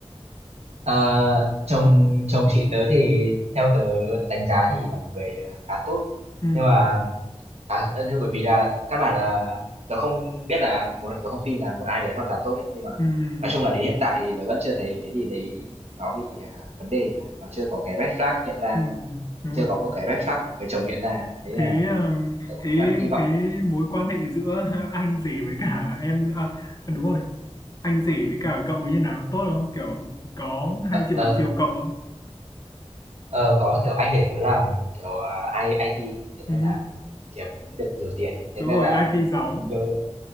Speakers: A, on the right; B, on the left.
A: Ờ, chồng chồng chị tớ thì theo tớ đánh giá thì là một người khá tốt
B: ừ
A: nhưng mà khá ơ, bởi vì là các bạn là tớ không biết là một tớ không tin là một ai đấy hoàn toàn tốt đấy nhưng mà
B: ừ ừ
A: nói chung là đến hiện tại thì tớ vẫn chưa thấy cái gì đấy nó bị à, vấn đề cả nó chưa có cái red flag hiện ra
B: ừ, đúng
A: chưa
B: rồi
A: có một cái red flag của người chồng hiện ra thế là
B: thế ờ,
A: tớ cũng
B: thế
A: đang hy vọng
B: thế mối quan hệ giữa <laughs> anh rể với cả em à à, đúng rồi anh rể với cả cậu như nào tốt không kiểu có hay chiều
A: ờ,
B: chiều cậu không
A: Ờ, có, kiểu, anh để tớ làm, kiểu, à, I IT, thế
B: ừ
A: nên là kiếm được nhiều tiền ấy. Thế
B: đúng
A: nên
B: rồi
A: là
B: IT giàu lắm
A: nhiều